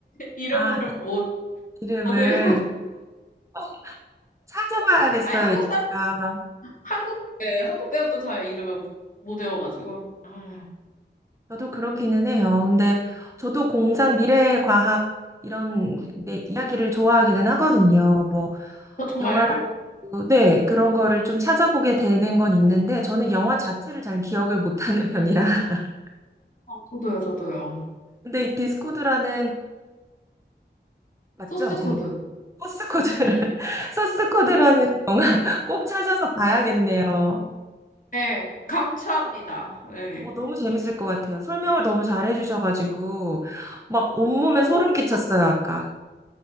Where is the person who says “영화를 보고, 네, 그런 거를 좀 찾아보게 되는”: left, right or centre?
Right